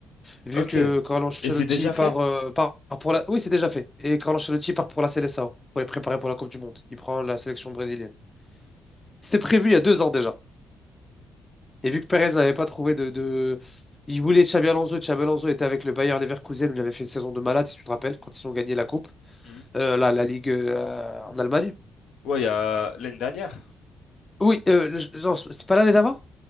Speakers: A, on the left (about 15°); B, on the left (about 75°).
A: Vu
B: Ok.
A: que
B: Et
A: Carlo Ancelotti
B: c'est déjà
A: part,
B: fait?
A: euh, part pour la... Oui, c'est déjà fait. Et Carlo Ancelotti part pour la Seleção, pour les préparer pour la Coupe du Monde. Il prend la sélection brésilienne. C'était prévu il y a deux ans déjà. Et vu que Perez n'avait pas trouvé de, de- Il voulait Xabi Alonso. Xabi Alonso était avec le Bayer Leverkusen où il avait fait une saison de malade, si tu te rappelles, quand ils ont gagné la Coupe,
B: Mhm.
A: euh, la, la Ligue euh, en Allemagne.
B: Ouais, il y a l'année dernière
A: Oui, euh, le- non, c'est pas l'année d'avant?